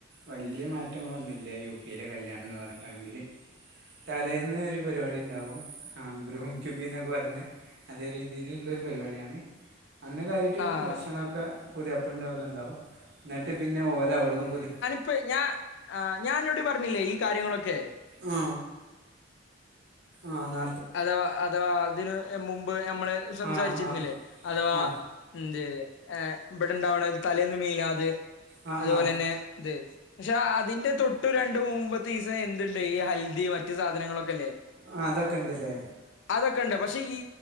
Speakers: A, on the right; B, on the left.
A: വല്യ മാറ്റങ്ങളൊന്നുല്ല യുപി ലെ കല്യാണംന്ന് പർഞ്ക്കാണെങ്കില് തലേന്ന് ഒരു പരിപാടിണ്ടാവും ആ ഗ്രൂം റ്റുബിന്നൊക്കെ പറയ്ണെ അതേരീതിയിലുള്ള ഒരു പരിപാടിയാണ് അന്ന് കയറിയിട്ട്
B: ആഹ്
A: ഭക്ഷണൊക്കെ പുതിയാപ്ലേന്റ്റവിടെയുണ്ടാവും എന്നിട്ട് പിന്നെ ഓല് അവിടെന്ന് പുതി
B: അപ്പഴേ ഞാ ആ ഞാൻ അന്നോടുപറഞ്ഞില്ലേ ഈ കാര്യങ്ങളൊക്കെ
A: ആ ആ നാ
B: അഥവാ അഥവാ അതിനുമുമ്പ് ഞമ്മള് സംസാരിച്ചിരുന്നില്ലേ
A: ആ ആ
B: അഥവാ
A: ആ
B: എന്ത് ഏ ഇവിടൊണ്ടാവണ തലേന്ന് മീലാദ്
A: ആ
B: അതുപോലെതന്നെ
A: ആ
B: ഇത് പക്ഷെ അതിന്റെതൊട്ട് രണ്ട് മുമ്പത്തീസം എന്തുണ്ട് ഈ ഹൽദി മറ്റു സാധനങ്ങളൊക്കെയല്ലേ
A: ആ അതൊക്കെണ്ടല്ലേ
B: അതൊക്കെണ്ട് പക്ഷേ ഈ